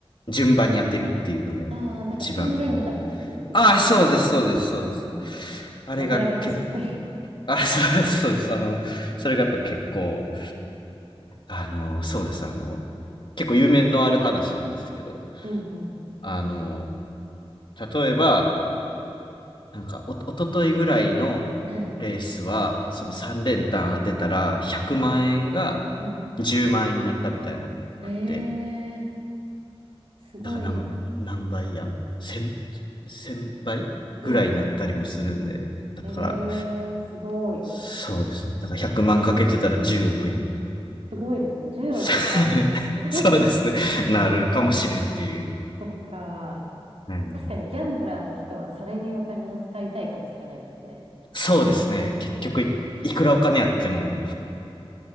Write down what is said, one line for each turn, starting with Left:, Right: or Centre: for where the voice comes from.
Left: う、順番に当てるっていうのが、
Right: ああ、なんか三連単みたいなやつです。
Left: 一番こう、ああ、そうです、そうです、
Right: うんうんうん。
Left: そうです。あれが結構、
Right: 名前だけ知ってる。
Left: あ、<laughs> そうです、そうです。あの、それがやっぱ結構、あの、そうです、あの、結構有名のある話なんですけど、
Right: <laughs> うんう
Left: あの、例えば、なんかお、おとといぐらいのレースは、
Right: ん。はい。
Left: その3連単当てたら、100万円が
Right: うん。うん。
Left: 10万円になったみたいな、
Right: へ
Left: あって、
Right: え、すごいな。
Left: だから何、何倍や千、千倍ぐらいになったりもするんで、
Right: うんうんう
Left: だから、
Right: ん。えー、すごい。
Left: そうですね。だから100万かけてたら10億に。
Right: すごいですね。10億やばいですね。
Left: さ <laughs>
Right: <laughs>
Left: そうですね。なるかもしれんっていう。
Right: そっか。
Left: はい、
Right: 確かにギャンブラーの人はそれにお金を使いたいかもしれないですね。
Left: そうですね。結局い、
Right: うん。
Left: いくらお金あっても、